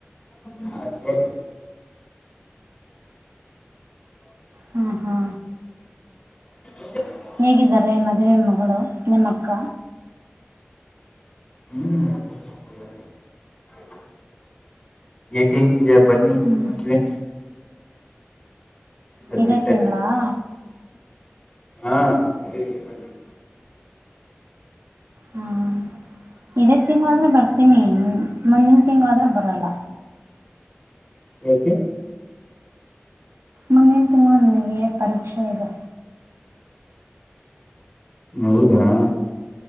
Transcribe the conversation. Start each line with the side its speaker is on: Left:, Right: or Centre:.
Left: <unintelligible>
Right: ಹ್ಞೂ ಹ್ಞೂ
Left: <unintelligible>
Right: ಹೇಗಿದ್ದಾರೆ ಮದುವೆ ಮಗಳು ನಿಮ್ಮಕ್ಕ
Left: ನೀ <unintelligible> ಯೈಟೀನ್ಗಿದೆ ಬನ್ನಿ
Right: ಹ್ಞೂ
Left: ಮದುವೆ ಹದ್ನೆಂಟಕ್ಕೆ
Right: ಇದೇ ತಿಂಗಳ ಆ
Left: ಹಾ ಇದೆ ತಿಂಗಳೆ <unintelligible>
Right: ಹ್ಞೂ ಇದೇ ತಿಂಗಳಾದ್ರೆ ಬರ್ತೀನಿ ಮುಂದಿನ ತಿಂಗಳಾದ್ರೆ ಬರಲ್ಲ
Left: ಯಾಕೆ
Right: ಮುಂದಿನ ತಿಂಗಳು ನನಗೆ ಪರೀಕ್ಷೆ ಇದೆ
Left: ಹೌದಾ ಆ